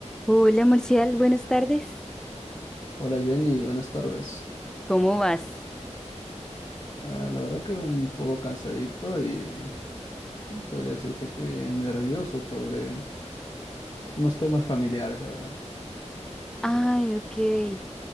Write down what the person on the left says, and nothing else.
Hola Jenny, buenas tardes.
Ah, la verdad que un poco cansadito y podría decirse que nervioso sobre unos temas familiares, la verdad.